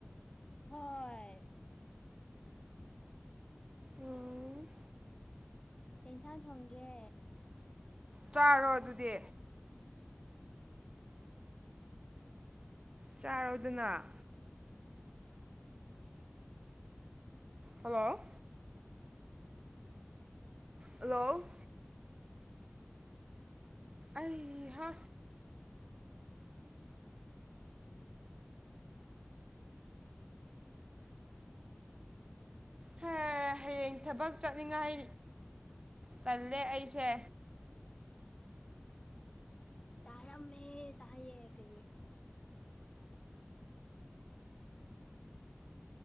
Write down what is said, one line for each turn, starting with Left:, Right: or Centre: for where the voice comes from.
Left: ꯍꯣꯏ
Right: ꯎꯝ
Left: ꯇꯦꯟꯁꯥꯡ ꯊꯣꯡꯒꯦ
Right: ꯆꯥꯔꯣ ꯑꯗꯨꯗꯤ ꯆꯥꯔꯣꯏꯗꯅ ꯍꯜꯂꯣ ꯍꯂꯣ ꯑꯍꯥ ꯍ ꯍꯌꯦꯡ ꯊꯕꯛ ꯆꯠꯅꯤꯡꯉꯥꯏ ꯆꯜꯂꯦ ꯑꯩꯁꯦ
Left: ꯇꯔꯥ ꯃ ꯇ ꯀꯩ ꯀ